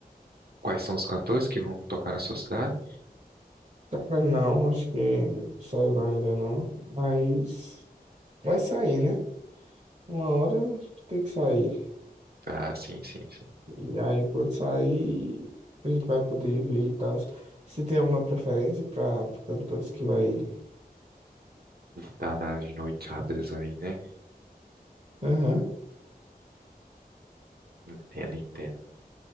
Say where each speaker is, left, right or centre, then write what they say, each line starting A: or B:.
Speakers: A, on the right (about 80°); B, on the right (about 50°).
A: quais são os cantores que vão tocar na sua cidade?
B: Cara, não, acho que não saiu não ainda não. Mas vai sair, né? Uma hora tem que sair.
A: Ah, sim, sim, sim.
B: E aí, quando sair, a gente vai poder ver e tal. Você tem alguma preferência para cantores que vai.
A: Tá nas noitadas aí, né?
B: Aham.
A: Entendo, entendo.